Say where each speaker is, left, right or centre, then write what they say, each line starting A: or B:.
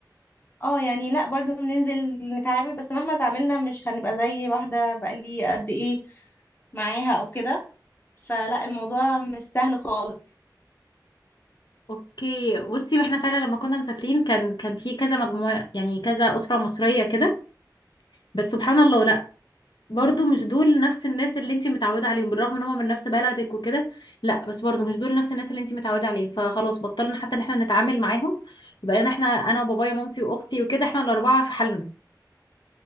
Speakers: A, on the left; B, on the left.
A: اه يعني لا برضو بننزل نتعامل بس مهما تعاملنا مش هنبقى زي واحده بقالي قد ايه معاها او كده فلا الموضوع مش سهل خالص
B: اوكي بصي واحنا فعلا لما كنا مسافرين كان كان في كذا مجموعه يعني كذا اسره مصريه كده بس سبحان الله لا برضو مش دول نفس الناس اللي انت متعوده عليهم بالرغم ان هم من نفس بلدك وكده لا بس برضو مش دول نفس الناس اللي انت متعوده عليهم فخلاص بطلنا حتى ان احنا نتعامل معاهم بقينا احنا انا وبابايا ومامتي واختي وكده احنا الاربعه في حالنا